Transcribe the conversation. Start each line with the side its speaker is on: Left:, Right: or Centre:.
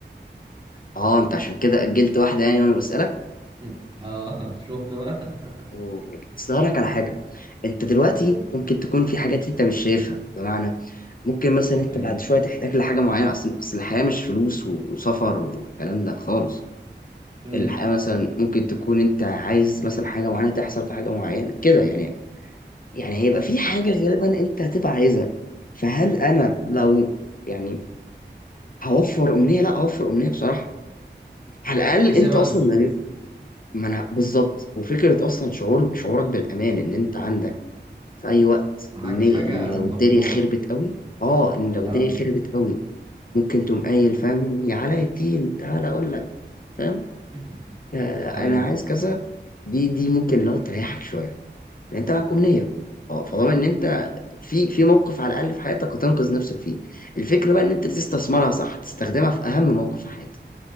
Left: اه انت عشان كده اجلت واحده يعني وانا بسالك
Right: <laughs> اه شفت بقى
Left: و-
Right: <laughs>
Left: بس أقول لك على حاجه انت دلوقتي
Right: قول لي.
Left: ممكن تكون في حاجات انت مش شايفها بمعنى ممكن مثلا انت
Right: ايوه
Left: بعد شويه تحتاج لحاجه معينه اصلا اصل الحياه مش فلوس وسفر والكلام ده خالص
Right: امم
Left: الحياه مثلا ممكن تكون انت عايز مثلا حاجه معينه تحصل في حاجه معينه كده يعني يعني هيبقى في حاجه غالبا انت هتبقى عايزها فهل انا لو يعني هوفر امنيه لا اوفر امنيه بصراحه على الاقل
Right: تسيبها
Left: انت اصلا
Right: للظروف
Left: ما ما انا بالظبط وفكره اصلا شعور شعورك بالامان ان انت عندك في اي وقت
Right: معاك
Left: امنيه
Right: حاجه
Left: ان لو
Right: مطمنات
Left: الدنيا خربت قوي اه ان لو
Right: اه
Left: الدنيا خربت قوي ممكن تقوم قايل فاهم يا علاء الدين تعالى اقول لك فاهم
Right: <laughs>
Left: آه،
Right: ايوه
Left: انا عايز كذا دي دي ممكن لو تريحك شويه لان انت معاك امنيه اه فضمان ان انت في في موقف على الاقل في حياتك هتنقذ نفسك فيه الفكره بقى ان انت تستثمرها صح تستخدمها في اهم موقف في حياتك